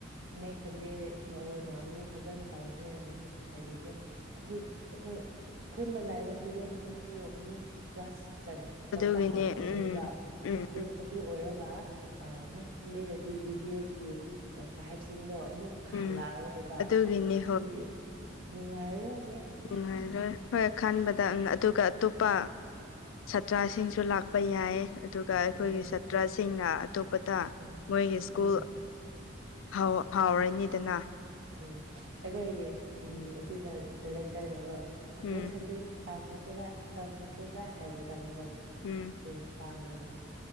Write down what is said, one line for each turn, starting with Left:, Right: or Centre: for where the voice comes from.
Right: ꯅꯦꯛꯁ ꯁꯟꯗꯦꯗ ꯑꯣꯏꯅ ꯑꯃꯨꯛ ꯐꯖꯅ ꯇꯧꯔꯁꯦ ꯑꯃꯨꯛ ꯍꯥꯏꯕꯤꯈ꯭ꯔꯦ ꯍꯥꯏꯕꯗꯤ ꯑꯩꯈꯣꯏ ꯈꯨꯟꯗ ꯂꯩꯕ ꯏꯁꯇꯨꯗꯦꯟꯁꯤꯡꯁꯨ ꯑꯃꯨꯛ ꯀ꯭ꯂꯥꯁ ꯍꯠ
Left: ꯑꯗꯨꯒꯤꯅꯦ
Right: ꯆꯠꯄ ꯍꯧꯈ꯭ꯔꯅꯤꯕ
Left: ꯎꯝ ꯎꯝ
Right: ꯑꯗꯨ ꯑꯗꯨ ꯑꯣꯏꯔꯒ ꯒ ꯑꯥ ꯅꯦꯛꯁ ꯁꯟꯗꯦꯗꯗꯤ ꯕꯤ ꯕꯤ ꯑꯦꯁ ꯀꯤ <unintelligible> ꯍꯥꯏꯁꯤꯡꯗꯣ ꯑꯃꯨꯛ
Left: ꯎꯝ
Right: ꯍꯜꯂꯛꯑꯔꯣꯏꯕ
Left: ꯑꯗꯨꯒꯤꯅꯤ
Right: ꯑꯗꯨꯒꯤ ꯅꯨꯡꯉꯥꯏꯔꯣꯏ
Left: ꯅꯨꯡꯉꯥꯏꯔꯣꯢ ꯍꯣꯏ ꯈꯟꯕꯗ ꯑꯗꯨꯒ ꯑꯇꯣꯞꯄ ꯁꯥꯇ꯭ꯔꯁꯤꯡꯁꯨ ꯂꯥꯛꯄ ꯌꯥꯏ ꯑꯗꯨꯒ ꯑꯩꯈꯣꯏꯒꯤ
Right: ꯎꯝ
Left: ꯁꯥꯇ꯭ꯔꯁꯤꯡꯅ ꯑꯇꯣꯞꯄꯗ
Right: ꯎꯝ
Left: ꯃꯣꯏꯒꯤ ꯁ꯭ꯀꯨꯜ
Right: ꯎꯝ
Left: ꯐꯥꯎ ꯐꯥꯎꯔꯅꯤꯗꯅ
Right: ꯎꯝ ꯑꯩꯈꯣꯏꯒꯤ ꯎꯝ ꯁꯤꯗ ꯗꯥꯢꯔꯦꯛꯇꯔꯗ ꯀꯣ
Left: ꯎꯝ
Right: ꯅꯦꯛꯁ ꯁꯟꯗꯦ ꯇꯧꯈ꯭ꯔꯁꯤꯔ ꯇꯧꯈ꯭ꯔꯁꯤꯗ ꯍꯥꯏꯕ ꯀꯥꯟꯗꯀꯣ
Left: ꯎꯝ
Right: ꯑꯁꯤ ꯅꯨꯄꯥ ꯑꯃꯅ